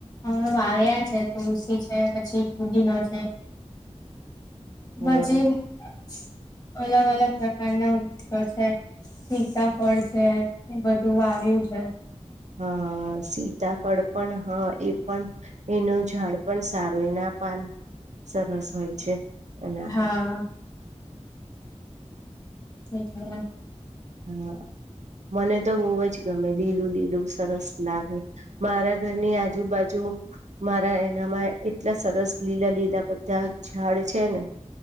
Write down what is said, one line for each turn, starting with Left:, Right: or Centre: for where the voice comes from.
Left: અમે વાવ્યા છે તુલસી છે, પછી પુદીનો છે.
Right: <inaudible> હા
Left: પછી <unintelligible> અલગ- અલગ પ્રકાર ના વૃક્ષો છે. સીતાફળ છે એ બધું વાવ્યું છે.
Right: હા સીતાફળ પણ હા એ પણ એનું ઝાડ પણ સારું એના પાન સરસ હોય છે એના
Left: હા
Right: પણ.
Left: <unintelligible>
Right: હા મને તો બહુ જ ગમે લીલું લીલું સરસ લાગે. મારા ઘરની આજુબાજુ મારા એનામાં એટલા સરસ લીલા લીલા બધા ઝાડ છે ને.